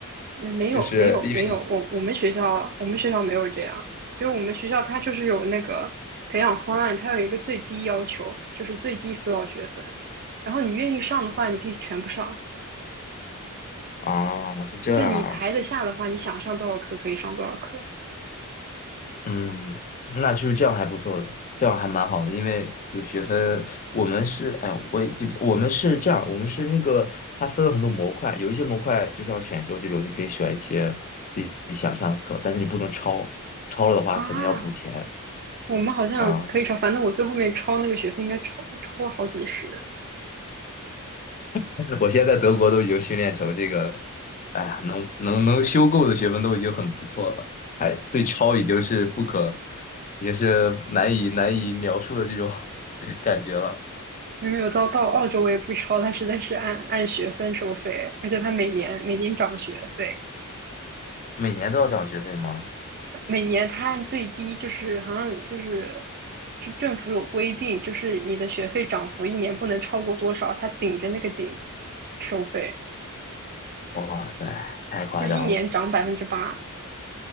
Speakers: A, on the right (about 45°); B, on the left (about 35°).
A: 没没有没有没有，
B: 就是因为
A: 我我们学校我们学校没有这样，就我们学校它就是有那个培养方案，它有一个最低要求，就是最低是多少学分，然后你愿意上的话，你可以全部上，
B: 啊是这样啊。
A: 就你排得下的话，你想上多少课可以上多少课
B: 嗯，那就是这样还不错的，这样还蛮好的，因为有学分。我们是，哎呀，我也记不，我们是这样，我们是那个，它分了很多模块，有一些模块就像选修这种，你可以选一些自己想上的课，但是你不能超，超了的话可能要补钱
A: 啊，我们好像可以超，
B: 啊。
A: 反正我最后面超那个学费应该超超过好几十，
B: <laughs> 我现在在德国都已经训练成这个，哎呀，能能能修够的学分都已经很不错了，还对超已经是不可，也是难以难以描述的这种 <laughs> 感觉了。
A: 因为有到到澳洲我也不超，它实在是按按学分收费，而且它每年每年涨学费，
B: 每年都要涨学费吗？
A: 每年它按最低就是好像就是是政府有规定，就是你的学费涨幅一年不能超过多少，它顶着那个顶收费，
B: 哇塞，太夸张了！
A: 就一年涨百分之八，